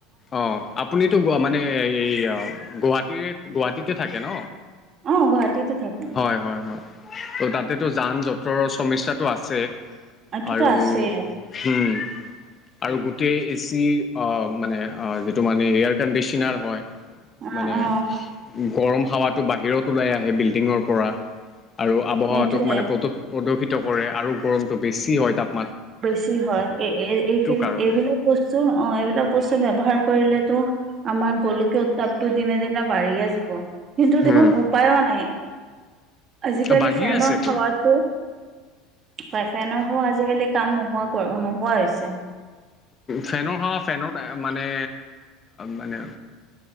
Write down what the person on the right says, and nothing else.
অ গুৱাহাটীতে থাকো
এইটোতো
আছেই
অ
অ
সেইটোয়ে
বেছি হয় এই
এইবিল বস্তু অ এইবিলাক বস্তু ব্যৱহাৰ কৰিলেতো আমা ৰ গোলকীয় উত্তাপটো দিনে দিনে বাঢ়িহে যাব। কিন্তু
দেখোন উপায়ো নাই আজিকালি
ফেনৰ
হাৱাটো ফাই ফেনৰ হ আজিকালি কাম নোহোৱা নোহোৱা হৈছে